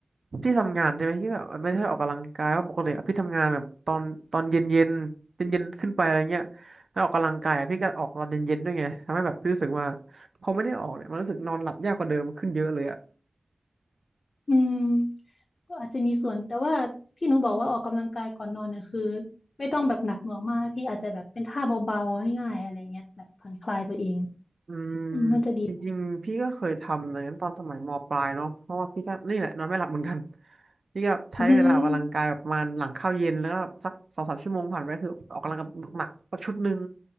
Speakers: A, on the right (about 60°); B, on the left (about 80°).
A: พี่ทำงานใช่ไหมพี่แบบไม่ได้ออกกำลังกายว่าปกติอะพี่ทำงานแบบตอนตอนเย็นเย็นเย็นเย็นๆขึ้นไปอะไรเงี้ยแล้วออกกำลังกายอะพี่ก็ออกตอนเย็นเย็นด้วยไงทำให้แบบพี่รู้สึกว่าพอไม่ได้ออกเนี่ยมันรู้สึกนอนหลับยากกว่าเดิมขึ้นเยอะเลย
B: อืม ก็อาจจะมีส่วนแต่ว่าที่หนูบอกว่าออกกำลังกายก่อนนอนเนี่ยคือไม่ต้องแบบหนักหน่วงมากนะพี่อาจจะแบบเป็นท่าเบาๆง่ายๆอะไรเงี้ยแบบผ่อนคลายตัวเอง
A: อืม
B: อืมน่าจะดีกว่า
A: จริงๆพี่ก็เคยทำอย่างนั้นตอนสมัยมปลายเนาะเพราะว่าพี่ก็นี่แหละนอนไม่หลับเหมือนกัน <laughs> พี่ก็ใช้เวลาออกกำลังกายแบบประมาณหลังข้าวเย็นแล้วก็สักสองสามชั่วโมงผ่านไปคือออกกำลังกายหนักๆสักชุดหนึ่ง
B: <laughs> อืม